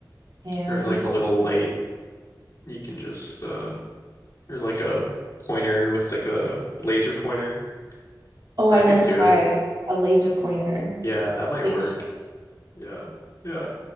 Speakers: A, on the right; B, on the left.
A: And
B: Or like a little light You can just uh or like a pointer with like a laser pointer.
A: oh,
B: That
A: I've never
B: could do
A: tried
B: it.
A: a laser pointer.
B: Yeah, that might
A: Yeah,
B: work.
A: you should.
B: Yeah. Yeah.